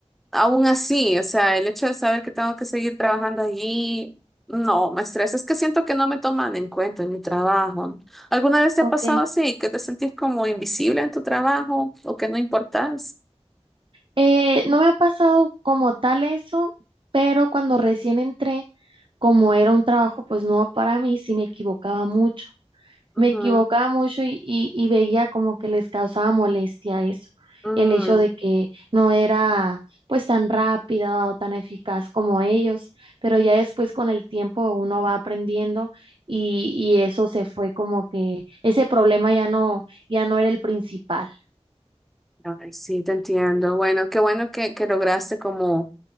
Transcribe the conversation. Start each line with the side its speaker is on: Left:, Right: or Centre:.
Centre: aún así, o sea, el hecho de saber que tengo que seguir trabajando allí, no, me estresa. Es que siento que no me toman en cuenta en mi trabajo. ¿Alguna vez te
Right: Ok.
Centre: ha pasado así, que te sentís como invisible en tu trabajo o que no importás?
Right: Eh, no me ha pasado como tal eso, pero cuando recién entré, como era un trabajo pues nuevo para mí, sí me equivocaba mucho. me
Centre: Ujú,
Right: equivocaba mucho y, y, y veía como que les causaba molestia eso,
Centre: mm,
Right: el hecho de que no era pues tan rápida o tan eficaz como ellos, pero ya después con el tiempo uno va aprendiendo y, y eso se fue como que ese problema ya no, ya no era el principal.
Centre: Ay, sí, te entiendo. Bueno, qué bueno que, que lograste como